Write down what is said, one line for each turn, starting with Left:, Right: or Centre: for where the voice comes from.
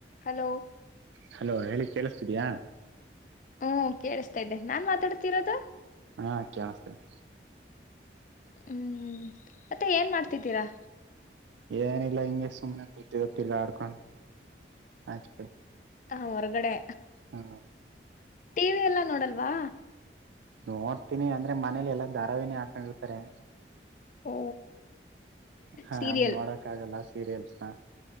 Left: ಹಲೋ
Right: ಹಲೋ ಹೇಳಿ ಕೇಳಿಸ್ತಿದಯಾ
Left: ಹ್ಮ್ ಕೇಳ್ತಾ ಇದ್ದೆ ನಾನ್ ಮಾತಾಡ್ತ <unintelligible>
Right: ಹಾ ಕಾಣಿಸತದೆ
Left: ಹ್ಮ್ ಮತ್ತೆ ಏನ್ ಮಾಡ್ತಿದ್ದೀರಾ
Right: ಎನಿ ಲ್ಲಂಗೆ ಸುಮ್ನೆ ಗೊತ್ತಿಲ್ಲ ಆಡ್ಕೊಂಡು ಆಚ ಕಡೆ
Left: ಹಾ ಹೊರಗಡೆ
Right: ಹಾ
Left: ಟಿವಿ ಎಲ್ಲಾ ನೋಡಲ್ವಾ
Right: ನೋಡ್ತೀನಿ ಅಂದ್ರೆ ಮನೇಲಿ ಎಲ್ಲಾ ಧಾರಾವಹಿನಿ ಹಾಕೊಂಡಿರ್ತಾರೆ
Left: ಓ
Right: ಹಾ
Left: ಸೀರಿಯಲ್
Right: ಹಂಗ್ ನೋಡೋಕ್ ಆಗಲ್ಲ ಸೀರಿಯಲ್ಸ್ನ